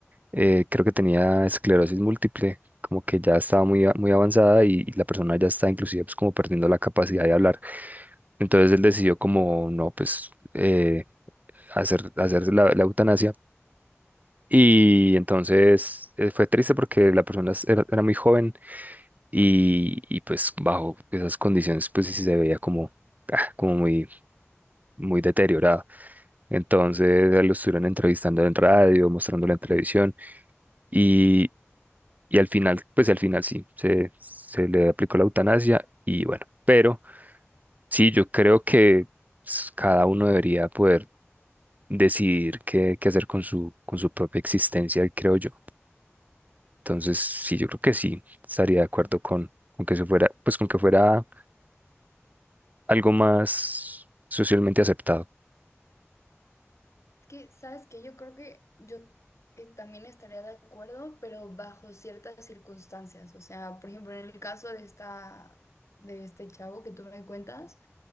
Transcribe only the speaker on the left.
Es que, ¿sabes qué? Yo creo que yo eh, también estaría de acuerdo, pero bajo ciertas circunstancias. O sea, por ejemplo, en el caso de esta, de este chavo que tú me cuentas.